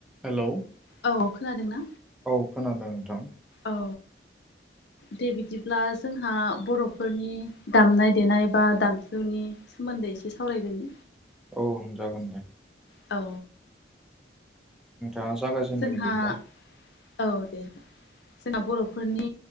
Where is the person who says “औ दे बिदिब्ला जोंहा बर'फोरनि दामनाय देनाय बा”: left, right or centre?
Left